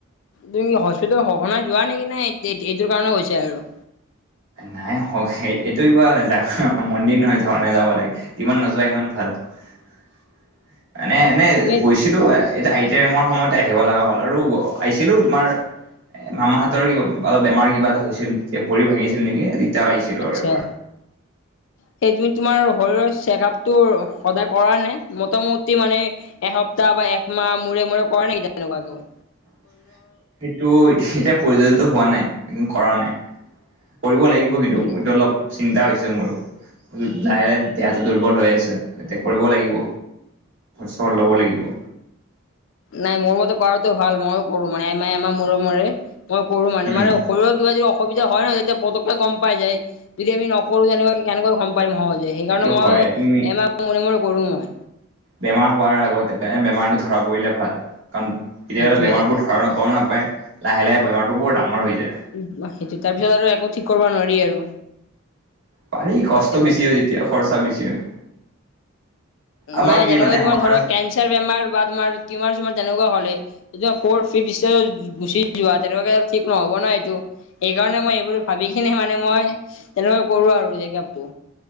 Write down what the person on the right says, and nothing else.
নাই এইটো কিবা জা মন্দিৰ নহয় ধৰণে যাব লাগে যিমান নোযোৱা ইমান ভাল মানে এনে
গৈছিলো এতিয়া আইতাৰ এই বেমাৰ সময়তে আহিব লগা হ'ল আৰু আহিছিলো তোমাৰ এ মামাহতৰ কিবা অলপ বেমাৰ কিবা এটা হৈছিল তেতিয়া ভৰি ভাঙিছিল নেকি আহিছিলো
আৰু এবাৰ।
<unintelligible> সেইটো এতিয়া প্ৰয়োজন ত হোৱা নাই কৰা নাই কৰিব লাগিব কিন্তু
এইটো অলপ চিন্তা হৈছে মোৰো। লাহে লাহে দেহটো দুৰ্বল হৈ আছে এতিয়া কৰিব লাগিব চৰ লব লাগিব
উম
এইটো
হয় তুমি
বেমাৰ হোৱাৰ আগতে বে বেমাৰটো ধৰা পৰিলে ভাল, কাৰণ কেতিয়া
হলে বেমাৰবোৰ ধৰা নকৰ ন পায়, লাহে লাহে বেমাৰতো বৰ ডাঙৰ হৈ যায়।
পানী কষ্ট
বেছি হয় যেতিয়া খৰচা বেছি হয় আমাৰ
কি
মানে
আমাৰ